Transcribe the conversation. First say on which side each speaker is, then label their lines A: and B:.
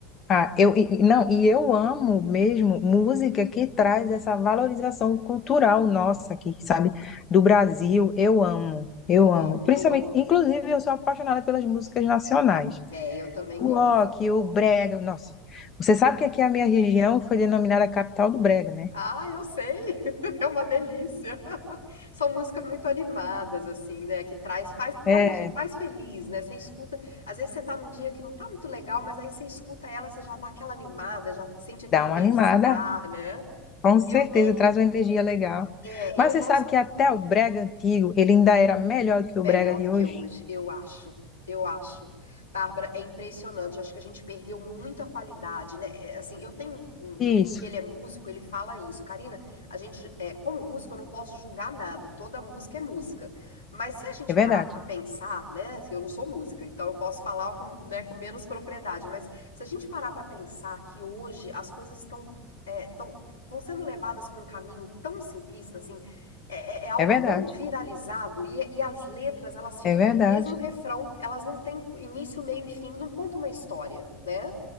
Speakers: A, on the left (about 35°); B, on the left (about 85°).
A: Ah, eu e- e- não, e eu amo mesmo música que traz essa valorização cultural nossa aqui, sabe? Do Brasil, eu amo, eu
B: Eu
A: amo.
B: amo,
A: Principalmente,
B: eu amo também.
A: inclusive, eu sou apaixonada pelas músicas nacionais.
B: É, eu também
A: O
B: gosto.
A: rock, o brega, nossa. Você sabe que aqui a minha região foi denominada capital do brega, né?
B: Ah, eu sei! <laughs> É uma delícia. <laughs> São músicas muito animadas, assim, né? Que traz, faz, traz,
A: É,
B: a gente faz feliz, né? Você escuta, às vezes você tá num dia que não tá muito legal, mas aí você escuta ela, você já dá aquela animada, já sente aquele
A: dá uma
B: bem-estar,
A: animada.
B: né?
A: Com certeza,
B: Eu, é,
A: traz uma energia legal.
B: é,
A: Mas
B: eu
A: você
B: gosto.
A: sabe que até o Brega antigo, ele ainda era melhor do que
B: Melhor
A: o Brega de
B: do que
A: hoje?
B: hoje, eu acho. Eu acho. Bárbara, é impressionante. Acho que a gente perdeu muita qualidade, né? É, Assim, eu tenho um um primo
A: Isso,
B: que ele é músico, ele fala isso. Karina, a gente, é, como músico, eu não posso julgar nada. Toda música é música. Mas se a gente
A: é verdade,
B: parar pra pensar, né? assim, Eu não sou música, então eu posso falar com, né, com menos propriedade. Mas se a gente parar pra pensar que hoje as coisas estão, é, tão, estão sendo levadas pra um caminho tão simplista, assim, é, é- é algo
A: é verdade,
B: tão viralizado e, e as letras elas ficam
A: é verdade.
B: no mesmo refrão, elas não têm início, meio e fim, não conta uma história, né?